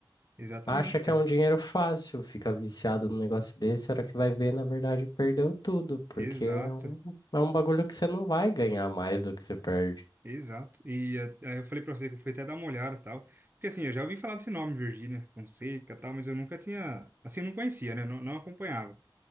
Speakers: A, on the right; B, on the left.
A: Exatamente,
B: Acha que
A: cara.
B: é um dinheiro fácil, fica viciado num negócio desse, a hora que vai ver, na verdade, perdeu tudo, porque
A: Exato,
B: é um, é um bagulho que você não vai ganhar mais do que você perde.
A: exato. E eh, aí eu falei pra você que eu fui até dar uma olhada e tal. Porque assim, eu já ouvi falar desse nome, Virgínia Fonseca e tal, mas eu nunca tinha. Assim, não conhecia, né? Não, não acompanhava.